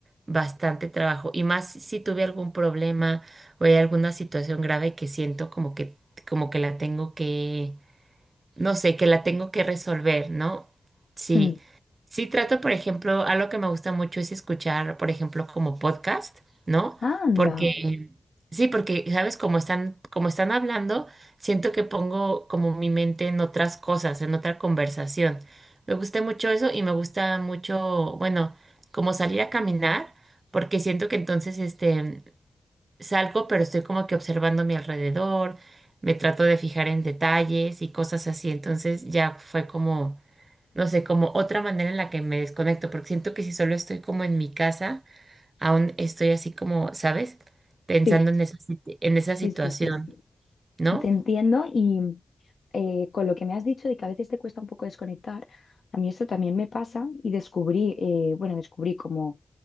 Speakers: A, on the right; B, on the left.
A: bastante trabajo y más si tuve algún problema o hay alguna situación grave que siento como que como que la tengo que, no sé, que la tengo que resolver, ¿no? Sí,
B: Mm.
A: sí trato, por ejemplo, algo que me gusta mucho es escuchar, por ejemplo, como podcast, ¿no? Sí.
B: Anda.
A: Porque, sí, porque, ¿sabes? Como están, como están hablando, siento que pongo como mi mente en otras cosas, en otra conversación. Me gusta mucho eso y me gusta mucho, bueno, como salir a caminar, porque siento que entonces, este, Salgo, pero estoy como que observando mi alrededor, me trato de fijar en detalles y cosas así. Entonces ya fue como, no sé, como otra manera en la que me desconecto, porque siento que si solo estoy como en mi casa, aún estoy así como, ¿sabes? Pensando
B: Sí,
A: en esa, sit- en esa situación,
B: sí, sí, sí, sí.
A: ¿no?
B: Te entiendo y eh, con lo que me has dicho de que a veces te cuesta un poco desconectar, a mí esto también me pasa y descubrí, eh, bueno, descubrí como